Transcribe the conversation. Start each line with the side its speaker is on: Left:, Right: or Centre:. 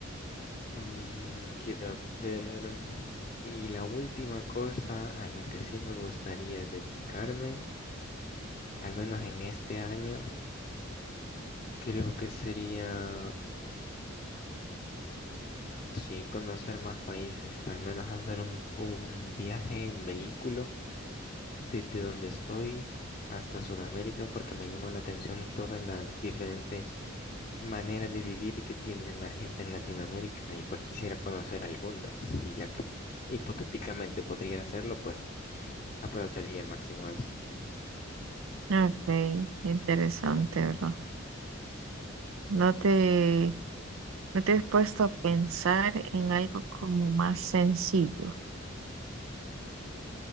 Left: Mm, quiero ver. mm, Y la última cosa a la que sí me gustaría dedicarme, al menos en este año, creo que sería, sí, conocer más países, al menos hacer un, un viaje en vehículo desde donde estoy hasta Sudamérica, porque me llama la atención todas las diferentes maneras de vivir que tienen la gente en Latinoamérica y pues quisiera conocer algunas, y ya que hipotéticamente podría hacerlo, pues Aprovecharía al máximo eso.
Right: Ok, interesante, ¿verdad? No te, no te has puesto a pensar en algo como más sencillo.